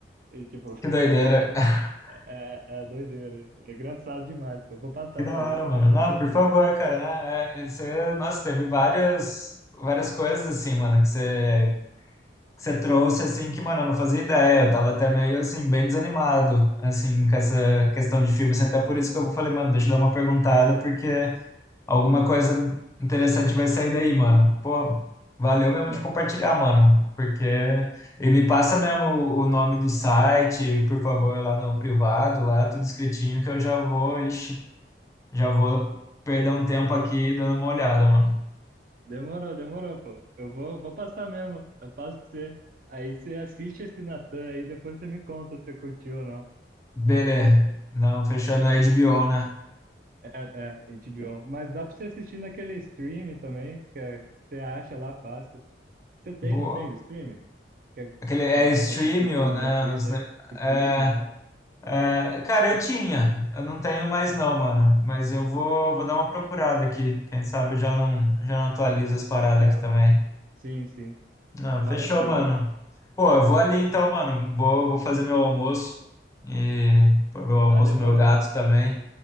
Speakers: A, on the right; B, on the left.
A: E tipo,
B: que doideira. <laughs>
A: <laughs> é, é doideira, hein? é engraçado demais, pô. Vou passar
B: Que da
A: pra você
B: hora,
A: depois,
B: mano.
A: você
B: Não,
A: vai curtir
B: por favor,
A: isso.
B: cara, né? É, é, você, nossa, teve várias, várias coisas assim, mano, que você que você trouxe, assim, que, mano, eu não fazia ideia. Eu tava até meio, assim, bem desanimado, assim, com essa questão de filme. Assim, até por isso que eu falei, mano, deixa eu dar uma perguntada, porque alguma coisa interessante vai sair daí, mano. Pô, valeu mesmo
A: Né?
B: de compartilhar, mano, porque... E me passa mesmo o o nome do site, por favor, lá no privado, lá, tudo escritinho, que eu já vou, ixi, já vou perder um tempo aqui dando uma olhada, mano.
A: Demorou, demorou, pô. Eu vou, vou passar mesmo, eu passo pra você. Aí você assiste esse Natan aí, depois você me conta se você curtiu ou não.
B: Beleza. Não, fechando a HBO, né?
A: É, é, HBO. Mas dá pra você assistir naquele stream também, que é- você acha lá fácil. Você tem,
B: Boa.
A: não tem o stream? Que é
B: Aquele é
A: pra,
B: Streamio,
A: pra assistir filme
B: né?
A: gratuito
B: os
A: aí?
B: ne-
A: Stream,
B: É,
A: é?
B: é, cara, eu tinha. Eu não tenho mais não, mano. Mas eu vou, vou dar uma procurada aqui. Quem sabe eu já não, já não atualizo as paradas
A: É,
B: aqui também.
A: sim, sim.
B: Ah,
A: Vale
B: fechou,
A: a pena.
B: mano. Pô, eu vou ali então, mano. Vou, vou fazer meu almoço. E pôr meu almoço
A: Ah, demorou.
B: no meu gato também.